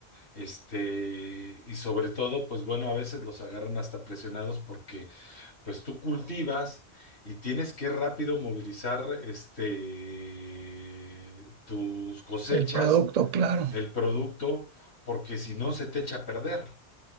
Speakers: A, on the left; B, on the right.
A: Este, y sobre todo, pues bueno, a veces los agarran hasta presionados porque pues tú cultivas y tienes que rápido movilizar este, tus cosechas,
B: El producto, claro.
A: el producto, porque si no se te echa a perder.